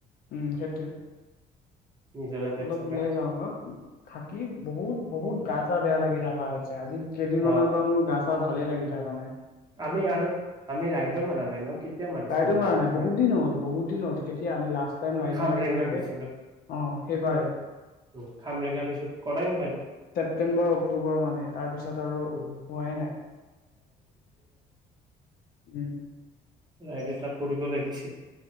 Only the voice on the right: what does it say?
নিজৰা টাইপ
জেগা
অ
আমি আৰু আমি ৰাইদু মাৰা নাই ন মাৰিছিলো
ৰাফ
ৰাইড
খামৰেংগা
গৈছিলো
উম খামৰেংগাৰ পিছত কৰাই নাই আৰু
উম
লাইতে ত কৰিব লাগিছিল